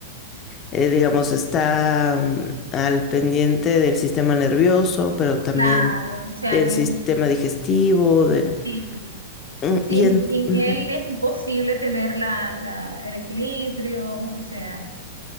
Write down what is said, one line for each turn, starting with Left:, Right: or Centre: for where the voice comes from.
Left: eh, digamos, está mm, al pendiente del sistema nervioso, pero también
Right: Claro, o sea
Left: del
Right: que
Left: sistema digestivo, del,
Right: sí,
Left: mm,
Right: sin,
Left: y, en-
Right: sin
Left: ujú.
Right: él es imposible tener la, la- el equilibrio, o sea,